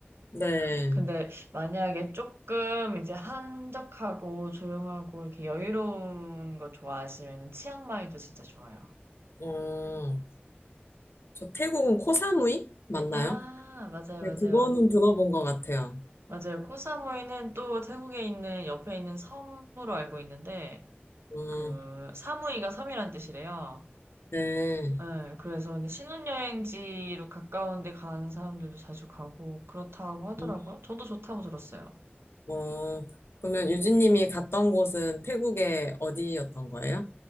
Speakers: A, on the left; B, on the right.
A: 네.
B: 근데 만약에 조금 이제 한적하고 조용하고 이렇게 여유로운 거 좋아하시면 치앙마이도 진짜 좋아요.
A: 어, 저 태국은 코사무이 맞나요?
B: 아, 맞아요,
A: 네,
B: 맞아요.
A: 그거는 들어본 것 같아요.
B: 맞아요. 코사무이는 또 태국에 있는 옆에 있는 섬으로 알고 있는데
A: 음,
B: 그 사무이가 섬이란 뜻이래요.
A: 네.
B: 네, 그래서 근데 신혼여행지로 가까운 데 가는 사람들도 자주 가고 그렇다고 하더라고요.
A: 음,
B: 저도 좋다고 들었어요.
A: 어, 그러면 유진님이 갔던 곳은 태국의 어디였던 거예요?